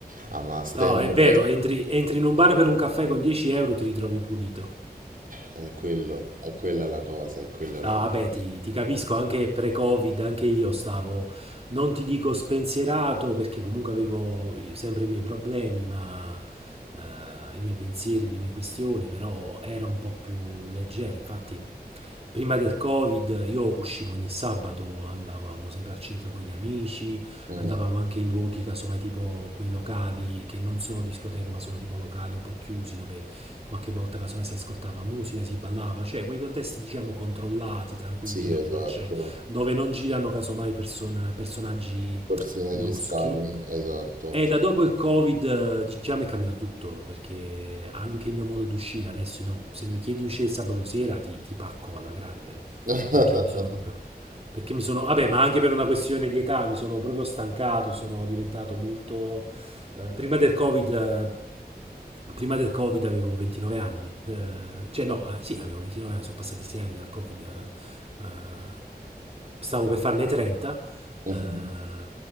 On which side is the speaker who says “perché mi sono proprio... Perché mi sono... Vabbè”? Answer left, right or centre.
Right